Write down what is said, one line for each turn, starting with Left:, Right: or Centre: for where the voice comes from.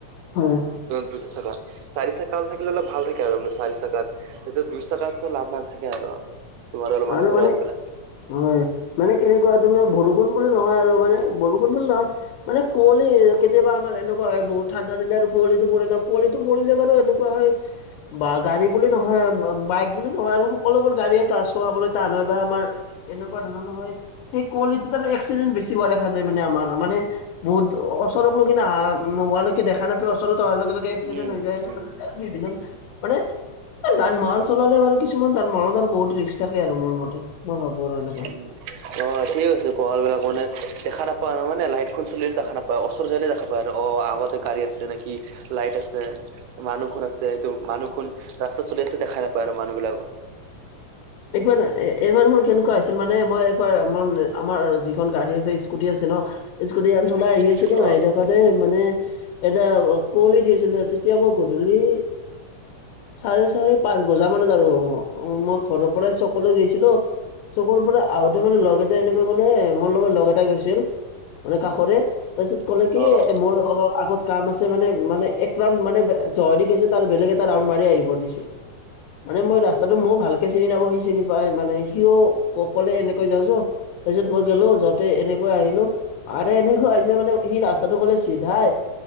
Left: হয় হয়
Right: দুটা চাকাত চাৰি চাকাল থাকিলে অলপ ভাল থাকে আৰু আপোনাৰ চাৰি চাকাত এইটো দুই চাকাত লাভ নাথাকে আৰু। তোমাৰ অলপমান
Left: আৰু
Right: ঘূৰা
Left: মানে
Right: ফালে
Left: হয় মানে কেনেকুৱা তুমি বৰষুণ বুলি নহয় আৰু মানে বৰষুণ বুলি নহয় মানে কঁৱলি, কেতিয়াবা আমাৰ এনেকুৱা হয় বহু ঠাণ্ডা দিলে আৰু কঁৱলীটো পৰে ন? কঁৱলীটো পৰিলে বাৰু এনেকুৱা হয় বা গাড়ী বুলি নহয় বাইক বুলি নহয় আৰু সকলোবোৰ গাড়ী এটা আছে চলাবলৈ টান হয় বা আমাৰ এনেকুৱা ধৰণৰ হয়। সেই কুঁৱলীটোত আৰু এক্সিডেণ্ট বেছি হোৱা দেখা যায়। মানে বহুত ওচৰৰত লৈ কিনা নোহোৱৈকে দেখা নাপায়, ওচৰত অহাৰ লগে লগে এক্সিডেণ্ট
Right: উম,
Left: হৈ যায়। এনে
Right: উম,
Left: বিভিন্ন
Right: উম,
Left: মানে যান বাহন চলালে বাৰু কিছুমান যান বাহনত আৰু বহুত ৰিক্স তাকে আৰু মোৰ মতে। মই ভাবো আৰু এনেকুৱা।
Right: উম। অ ঠিকে কৈছে <unintelligible> বিলাক মানে দেখা নাপায়, মানে লাইটখন <unintelligible> ওচৰ যায়কিনে দেখা পায় আৰু, অ আগতে গাড়ী আছে নেকি লাইট আছে মানুহ খন আছে সটো মানুহ খন ৰাস্তা চলি আছে দেখাই নাপায় আৰু মানুহ বিলাকৰ
Left: একবাৰ এইবাৰ মোৰ কেনেকুৱা আছিল মানে মই একবাৰ মই আমাৰ যিখন গাড়ী আছে, স্কুটি আছে ন? স্কুটি খন চলাই আহি আছিলোঁ।
Right: অ',
Left: আতে মানে এটা কুঁৱলী দিছিলে, তেতিয়া মই গধূলি চাৰে চাৰি পাঁচ বজা মানত আৰু মই ঘৰৰ পৰাই চকোলৈ গৈছিলোঁ। চকুৰ পৰা আহোতে মানে লগ এটাই এনেকৈ ক'লে, মোৰ লগত লগ এটা গৈছিল মানে কাষৰে তাৰপিছত কলে কি
Right: অ',
Left: এ মোৰ অলপ আগত কাম আছে মানে মানে একলাগ মানে জ দিছে ত আৰু বেলেগ এটা ৰাউণ্ড মাৰি আহিব দিছে। মানে মই ৰাস্তাটো মইয়ো ভাল তে চিনি নাব সি চিনি পাই মানে। সিও ককলে এনেকৈ যাওঁ জো তাৰ পিছত মই গলো যতে এনেকৈ আহিলোঁ। আৰু এনেকুৱা আ যে মানে সি ৰাস্তাটো কলে চিধাই